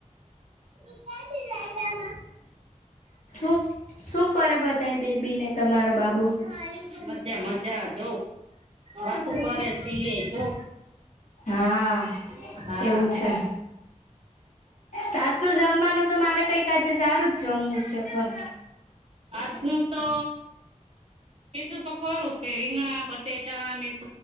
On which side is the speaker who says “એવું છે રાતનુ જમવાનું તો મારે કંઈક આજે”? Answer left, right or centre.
Left